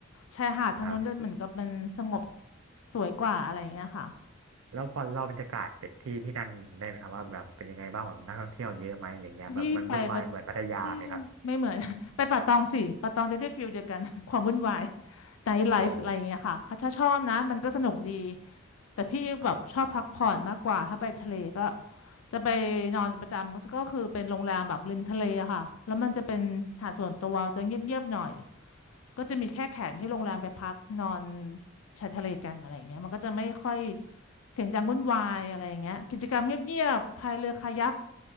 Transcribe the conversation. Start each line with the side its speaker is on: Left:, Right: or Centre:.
Left: ชายหาดทางนู้นจะเหมือนกับมันสงบ
Right: ครับ
Left: สวยกว่าอะไรอย่างเงี้ยค่ะ
Right: แล้วพอเล่าบรรยากาศที่ที่นั่นได้ไหมครับว่าแบบเป็นยังไงบ้างแบบนักท่องเที่ยวเยอะไหมอะไรเงี้ยแบบมันวุ่นวายเหมือนพัทยาไหมครับ
Left: ที่ไปปะที่ไม่เหมือน <laughs> ไปป่าตองสิป่าตองจะได้ฟิลเดียวกัน <laughs> ความวุ่นวายไนท์ไลฟ์อะไรอย่างเงี้ยค่ะเขาชอบนะมันก็สนุกดี
Right: โอ้โห
Left: แต่พี่แบบชอบพักผ่อนมากกว่าถ้าไปทะเลก็
Right: ครับ
Left: จะไปนอนประจำก็คือเป็นโรงแรมแบบริมทะเลอะค่ะแล้วมันจะเป็นหาดส่วนตัวจะเงียบๆหน่อยก็จะมีแค่แขกที่โรงแรมไปพักนอนชายทะเลกันอะไรอย่างเงี้ยมันก็จะไม่ค่อยเสียงดังวุ่นวายอะไรอย่างเงี้ยกิจกรรมเงียบๆพายเรือคายัก